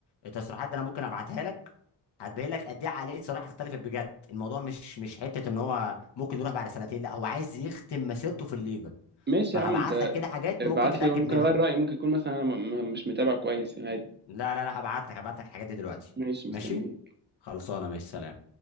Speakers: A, on the left (about 70°); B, on the right (about 25°).
A: التصريحات دي انا ممكن ابعتها لك هتبين لك قد ايه عقلية صلاح اختلفت بجد الموضوع مش مش حتة ان هو ممكن يروح بعد سنتين لا هو عايز يختم مسيرته في الليفر
B: ماشي
A: فهبعت
B: يا عم انت
A: لك كده حاجات
B: ابعت
A: ممكن تتأكد
B: لي ممكن
A: منها
B: اغير رايي ممكن يكون مثلا انا م- م- مش متابع كويس يعني عادي
A: لا لا لا هبعت لك هبعت لك الحاجات دي دلوقتي
B: ماشي مستنيك
A: ماشي خلصانه ماشي سلام